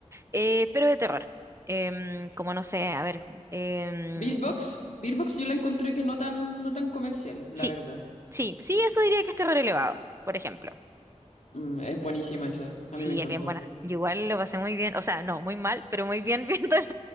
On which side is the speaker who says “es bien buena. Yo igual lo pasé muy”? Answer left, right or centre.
Right